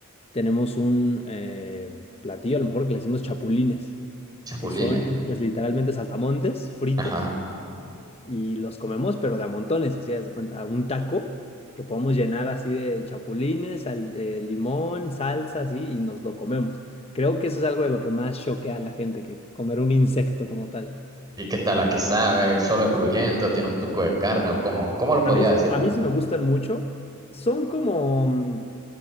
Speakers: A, on the left; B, on the right.
A: tenemos un eh, platillo, a lo mejor que le decimos chapulines,
B: chapulines.
A: que son pues literalmente saltamontes fritos
B: Ajá.
A: y los comemos, pero de a montones, así haz de cuenta, un taco que podemos llenar así de chapulines, sal- de limón, salsa, así, y nos lo comemos. Creo que eso es algo de lo que más choquea a la gente, que comer un insecto como tal.
B: ¿Y qué tal? ¿A qué sabe? ¿Solo es crujiente? o ¿Tiene un tuco de carne? ¿O cómo? ¿Cómo lo podría
A: A mí,
B: decir?
A: a mí sí me gustan mucho. Son como mm,